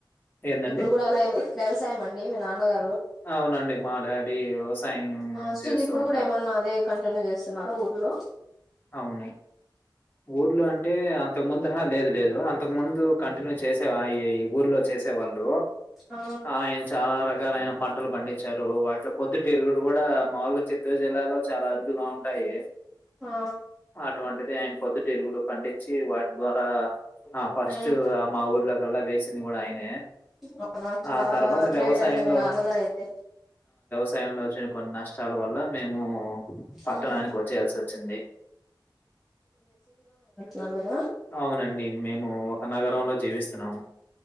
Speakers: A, on the left; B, in the centre.
A: ఏందండి
B: ఇప్పుడు కూడా అలా ఏమ వ్యవసాయం అండి మీ నాన్నగా
A: అవునండి మా డాడీ వ్యవసాయం
B: ఆ స్టిల్
A: చేస్తూ
B: ఇప్పుడు
A: ఉంటారు
B: కూడా ఏమన్నా అదే కంటిన్యూ చేస్తున్నారా ఊర్లో
A: అవును ఊర్లో అంటే అంతకు ముందు హ లేదు లేదు అ తకు ముందు కంటిన్యూ చేసే ఆ ఈ ఊర్లో చేసే వాళ్ళు
B: ఆ
A: ఆయిన్ చాలా ర కాలైన పంటలు పండించారు వాటిలో పొద్దు తిరుగుడు కూడా మామూలుగా చిత్తూరు జిల్లాలో చాలా అరుదుగా ఉంటాయి
B: ఆ
A: టువంటిది ఆయన పొద్దుతిరుగుడు పండించి వాటి ద్వారా ఆ ఫస్ట్
B: ఉమ్
A: అమ ఊర్ ల్లో కల్లా వేసింది కూడా ఆయనే
B: అవునా చాలా
A: ఆ తర్వాత
B: గ్రేట్
A: వ్యవసాయంలో
B: అండి మీ నాన్నగారు అయితే
A: సయంలో వచ్చిన కొన్ని నష్టాల వల్ల మేము పట్టణానికి
B: ఉమ్
A: వచ్చేయ్యాల్సిసో చ్చింది
B: నాలుగద
A: అవునండి మేము ఒక నగరంలో జీవిస్తున్నాము